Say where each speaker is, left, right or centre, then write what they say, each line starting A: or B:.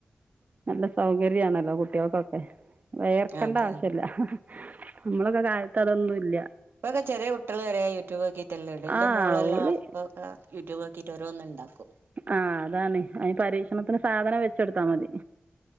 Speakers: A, on the right; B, on the right.
A: നല്ല സൗകര്യ യാണല്ലോ കുട്ടികൾക്കൊക്കെ വയർക്കണ്ട
B: അതെ
A: ആവശ്യല്ല
B: അതെ
A: നമ്മളൊക്കെ കഴ്ത്തറൊന്നും ഇല്ല
B: ഇതൊക്കെ കുട്ടികൾ വരെ യൂടൂബ് മറ്റല്ല ഇൻ്റെ
A: ആഹ്
B: മോളെല്ലാം
A: ഓല്
B: അപ്പക്കെ യൂട്യൂബ് ആക്കിയിട്ട് ഓരോന്ന് ഉണ്ടാക്കും
A: ആ അതാണ് അന് പരീക്ഷണത്തിന് സാധനം വെച്ചെടുത്താ മതി